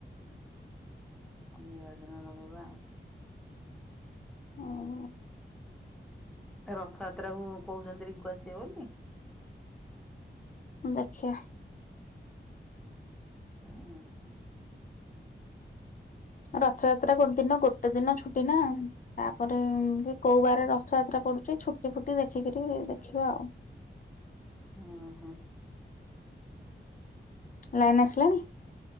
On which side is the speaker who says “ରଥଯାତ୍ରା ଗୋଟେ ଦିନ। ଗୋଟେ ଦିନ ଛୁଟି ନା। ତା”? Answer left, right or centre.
Left